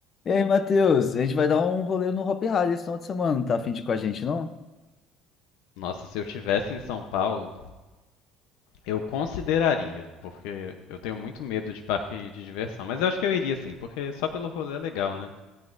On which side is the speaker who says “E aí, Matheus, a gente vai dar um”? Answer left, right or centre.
Left